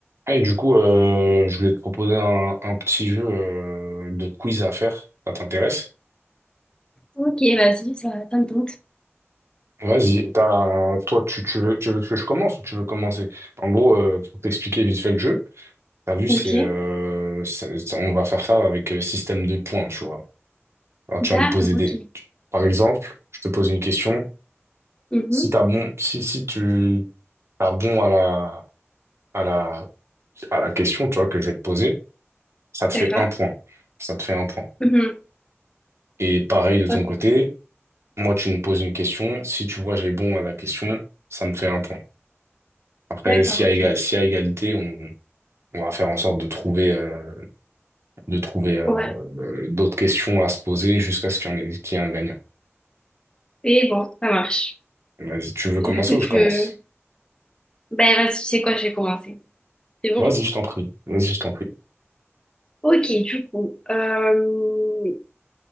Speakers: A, on the right; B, on the left.
A: Ah, Et du coup, euh, je voulais te proposer un, un petit jeu euh, de quiz à faire. Ça t'intéresse?
B: Ok, vas-y, ça, ça me tente.
A: Vas-y. T'as- Toi, tu, tu veux, tu veux que je commence ou tu veux commencer? En gros, euh, pour t'expliquer vite fait le jeu, t'as vu,
B: Ok,
A: c'est, euh, c'est- c'est- on va faire ça avec euh, système de points, tu vois. Alors,
B: d'accord,
A: tu vas me poser
B: ok.
A: des... tu- Par exemple, je te pose une question.
B: Mhm,
A: Si t'as bon, si, si tu t'as bon à la, à la, à la question, tu vois, que je vais te poser, ça te fait
B: d'accord.
A: un point. Ça te fait un point.
B: Mhm,
A: Et pareil de ton
B: ok,
A: côté. Moi, tu me poses une question. Si tu vois, j'ai bon à la question, ça me fait un point. Après,
B: d'accord,
A: s'il
B: ok.
A: y a éga- s'il y a égalité, on, on va faire en sorte de trouver, euh, de trouver euh,
B: Ouais,
A: euh, d'autres questions à se poser jusqu'à ce qu'il y en ait, qu'il y ait un gagnant.
B: et bon, ça marche.
A: Vas-y, tu veux commencer
B: Du coup,
A: ou
B: tu
A: je commence?
B: veux... Ben, vas-y, tu sais quoi, je vais commencer. C'est bon?
A: Vas-y, je t'en prie. Vas-y, je t'en prie.
B: Ok, du coup. euh,